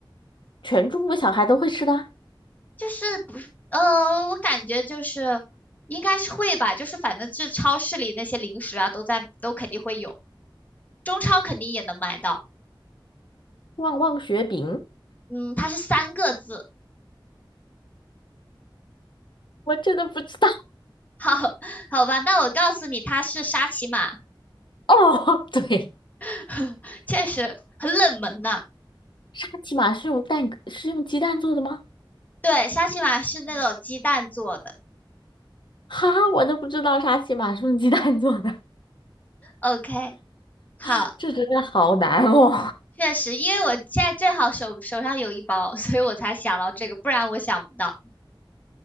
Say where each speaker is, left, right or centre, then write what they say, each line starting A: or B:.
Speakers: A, on the left; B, on the left.
A: 全中国小孩都会吃的啊
B: 就是不是呃，我感觉就是应该是会吧，就是反正这超市里那些零食啊，都在都肯定会有，中超肯定也能买到。
A: 旺旺雪饼，
B: 嗯，它是三个字。
A: 我真的不知道。
B: 好好吧，那我告诉你，它是沙琪玛，
A: 哦，<laughs> 对，
B: <laughs> 确实很冷门呐、
A: 沙琪玛是用蛋是用鸡蛋做的吗？
B: 对，沙琪玛是那种鸡蛋做的。
A: 哈，我都不知道沙琪玛是用鸡蛋做的，
B: OK，好，
A: <laughs> 这真的好难哦。
B: 确实，因为我现在正好手手上有一包，所以我才想到这个，不然我想不到。